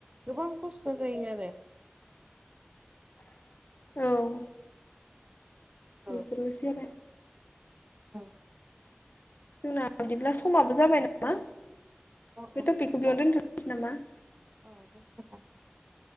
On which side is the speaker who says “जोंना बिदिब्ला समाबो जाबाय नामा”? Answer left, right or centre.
Left